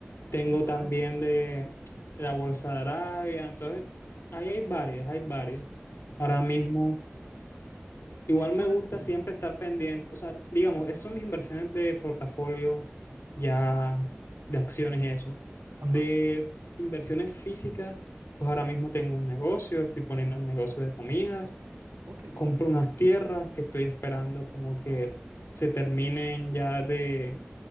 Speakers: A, on the left; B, on the right.
A: tengo
B: Oh, nice.
A: también de la Bolsa de Arabia, entonces ahí hay varias, hay varias. Ahora
B: Sí,
A: mismo...
B: de,
A: Igual
B: de hecho
A: me
B: ahora,
A: gusta siempre estar pendiente, o sea, digamos, esas son mis inversiones de portafolio, ya de acciones y eso.
B: ajá.
A: De inversiones físicas, pues ahora mismo tengo un negocio, estoy poniendo un negocio de comidas,
B: Oh, qué bien.
A: compro unas tierras que estoy esperando como que se terminen ya de,